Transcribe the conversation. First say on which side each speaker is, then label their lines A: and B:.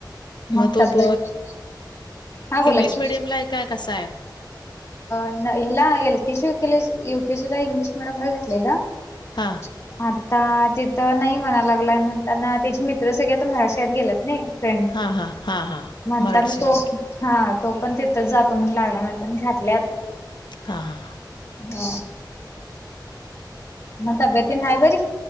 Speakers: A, on the left (about 35°); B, on the left (about 70°).
A: मग
B: मटोप
A: तब्येत हा बोला
B: इंग्लिश
A: की
B: मिडियम ला हाय काय, कसाय?
A: ह्यला एलकेजी के युकेलेजी यूकेजिला इंग्लिश मिडियम ला घातलेलं ना?
B: हा
A: आता तिथं नाही म्हणाला लागलाय म्हणताना त्याची मित्र सगळी आता मराठी शाळेत गेल्यात नइ फ्रेंड
B: हा हा हा हा
A: म्हणताना
B: मराठी शाळेत
A: तो हा तो पण तिथंच जातो म्हणून लागलाय म्हणताना घातलय आता
B: हा हा
A: ह म तब्यतीन हाय बरी?